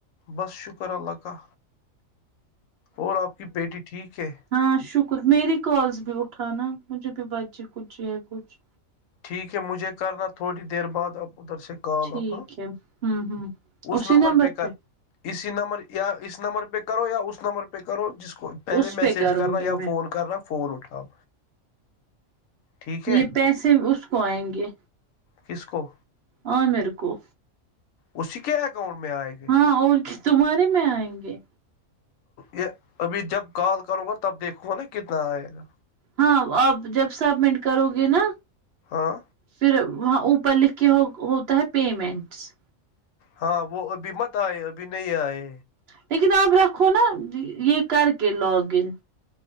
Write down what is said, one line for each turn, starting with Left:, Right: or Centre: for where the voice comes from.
Left: بس شکر اللہ کا اور آپ کی بیٹی ٹھیک ہے
Right: ہاں شکر میری کالس بھی اٹھانا مجھے بھی بچی کچھ ہے کچھ
Left: ٹھیک ہے مجھے کرنا تھوڑی دیر بعد آپ ادھر سے کال
Right: ٹھیک
Left: آف ہاں
Right: ہے ہوں ہوں
Left: اس
Right: اسی
Left: نمبر پ کر
Right: پہ
Left: اسی نمبر یا اس نمبر پہ کرو یا اس نمبر پہ کرو جس کو پہلے
Right: اس پہ
Left: میسج
Right: کروں
Left: کرنا
Right: گی
Left: یا
Right: میں
Left: فون کرنا فون اٹھاؤ ٹھیک
Right: یہ
Left: ہے
Right: پیسے اس کو آئیں گے
Left: کس کو
Right: اور میر کوو
Left: اسی کے اکاؤنٹ میں آئے گا
Right: ہاں اور تمہارے میں آئیں گے
Left: یہ ابھی جب کال کروں گا تب دیکھو نا کتنا آئے گا
Right: ہاں آپ جب سبمٹ کرو گے نا
Left: ہاں
Right: پھر وہاں اوپر لکھ کے ہوتا ہے پیمنٹس
Left: ہاں وہ ابھی مت آئے ابھی نہیں آئے
Right: لیکن آپ رکھو نا یہ کر کے لاگ ان